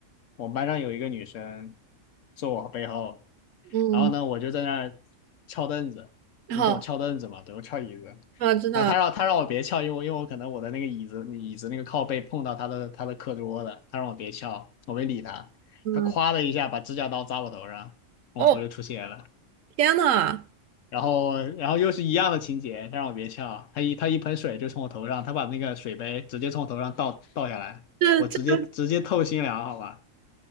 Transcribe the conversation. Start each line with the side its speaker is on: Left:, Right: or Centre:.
Left: 我们班上有一个女生坐我背后。
Right: 嗯，
Left: 然后呢，我就在那儿翘凳子，
Right: 然后
Left: 你懂翘凳子吗？对，我翘椅子。
Right: 我知道，
Left: 然后他让他让我别翘，因为因为我可能我的那个椅子椅子那个靠背碰到他的他的课桌了，他让我别翘，我没理他。
Right: 嗯，
Left: 他夸的一下把指甲刀扎我头上，我头就出血了。
Right: 哦，天呐！
Left: 然后然后又是一样的情节，他让我别翘，他一他一盆水就从我头上，他把那个水杯直接从我头上倒倒下来，
Right: 这这
Left: 我直接直接透心凉，好吧？